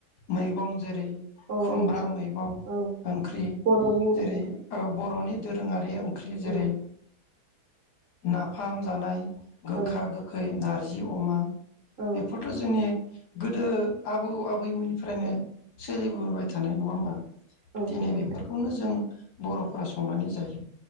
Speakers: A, on the left (about 80°); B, on the right (about 50°).
A: मैगं जेरै
B: अ
A: खुमब्रा
B: ओंख्रि
A: मैगं
B: औ
A: ओंख्रि
B: बर'नि ओंख्रि
A: जेरै ओ बर'नि दोरोङारि ओंख्रि
B: औ
A: जेरै नाफाम जानाय गोखा
B: औ
A: गोखै नार जि अमा
B: औ
A: बेफोरथ' जोंनि गोदो आबौ आबैमोननिफ्रायनो सोलिबोबाय थानाय नङा होमबा? दिनै
B: नंगौ
A: बेफोरखौनो
B: नोंथां
A: जों बर'फोरा संनानै जायो।